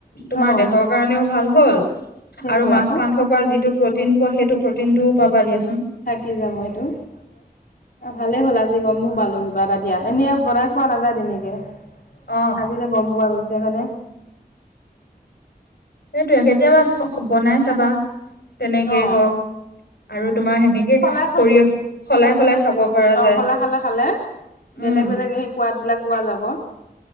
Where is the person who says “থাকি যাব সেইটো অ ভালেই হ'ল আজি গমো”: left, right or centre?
Left